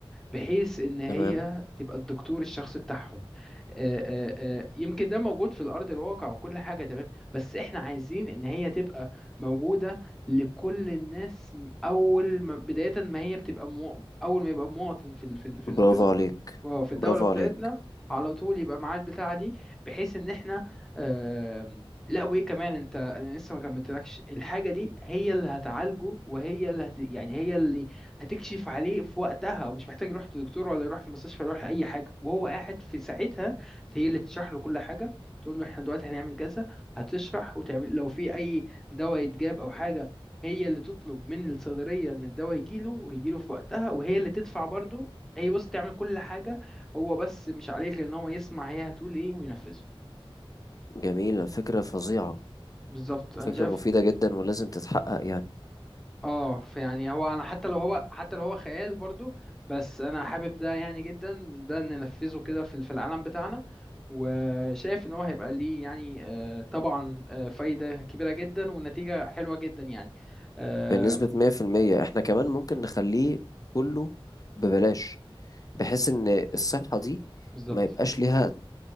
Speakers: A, in the centre; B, on the left (about 40°).
A: بحيث ان هي
B: تمام
A: تبقى الدكتور الشخصي بتاعهم آه، آه، آه، يمكن ده موجود في الارض الواقع وكل حاجه تمام بس احنا عايزين ان هي تبقى موجوده لكل الناس م- اول ما بدايه ما هي بتبقى مو اول ما يبقى مواطن في ال في ال في
B: برافو
A: ال في ال
B: عليك
A: آه، في الدوله
B: برافو
A: بتاعتنا
B: عليك
A: على طول يبقى معاه البتاعه دي بحيث ان احنا آم، لا وايه كمان انت انا لسه ما كملتلكش الحاجه دي هي اللي هتعالجه وهي اللي هت... يعني هي اللي هتكشف عليه في وقتها ومش محتاج يروح لدكتور ولا يروح في المستشفى ولا يروح لأي حاجة وهو قاعد في ساعتها هي اللي تشرح له كل حاجة تقول له احنا دلوقتي هنعمل كذا هتشرح وتعمل لو في أي دواء يتجاب أو حاجة هي اللي تطلب من الصيدلية إن الدواء يجيله ويجيله في وقتها وهي اللي تدفع برضه هي بص تعمل كل حاجة هو بس مش عليه غير إن هو يسمع هي هتقول إيه وينفذه
B: جميلة فكرة فظيعة
A: بالظبط
B: فكرة
A: أنا شايف
B: مفيدة جدا ولازم تتحقق يعني
A: اه فيعني هو انا حتى لو هو حتى لو هو خيال برضو بس انا حابب ده يعني جدا ده ننفذه كده في في العالم بتاعنا وشايف ان هو هيبقى ليه يعني آه، طبعا آه، فايدة كبيرة جدا ونتيجة حلوة جدا يعني آم،
B: بنسبة 100% احنا كمان ممكن
A: مم،
B: نخليه كله ببلاش بحيث إن الصحة دي
A: بالظبط
B: ما يبقاش ليها